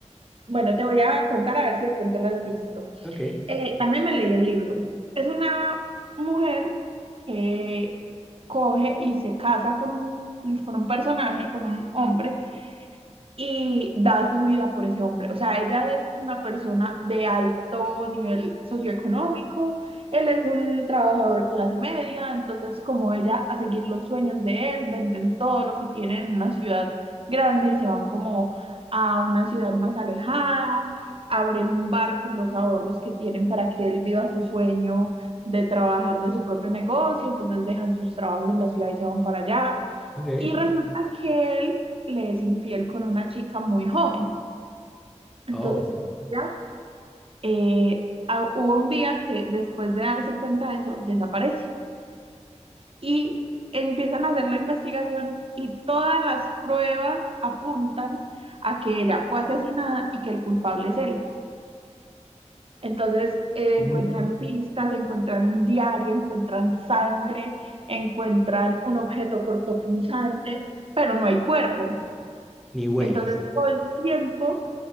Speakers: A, on the right; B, in the centre.
A: bueno, te voy a contar a ver si de pronto la has visto.
B: Ok,
A: Eh, también me leí el libro. Es una mujer que coge y se casa con un, con un personaje, con un hombre y da su vida por ese hombre. O sea, ella es una persona de alto nivel socioeconómico, él es un trabajador clase media, entonces como ella a seguir los sueños de él, venden todo lo que tienen en una ciudad grande y se van como a una ciudad más alejada, abren un bar con los ahorros que tienen para que él viva su sueño de trabajar de su propio negocio, entonces dejan sus trabajos en la ciudad y se van para allá.
B: ok.
A: Y resulta que él le es infiel con una chica muy joven. Entonces,
B: Oh,
A: ya eh, ah, hubo un día que después de darse cuenta de eso, desaparece. Y empiezan a hacer la investigación y todas las pruebas apuntan a que ella fue asesinada y que el culpable es él. Entonces, eh,
B: Ujú.
A: encuentran pistas, encuentran un diario, encuentran sangre, encuentran un objeto cortopunzante, pero no hay cuerpo.
B: ni huellas.
A: Entonces, todo el tiempo